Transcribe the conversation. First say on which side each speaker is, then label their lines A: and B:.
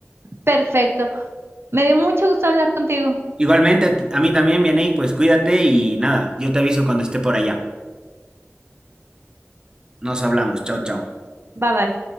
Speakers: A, on the right; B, on the right.
A: Perfecto. Me dio mucho gusto hablar contigo.
B: Igualmente, a, ti- a mí también, Vianey, pues cuídate y nada, yo te aviso cuando esté por allá. Nos hablamos, chao, chao.
A: Bye bye.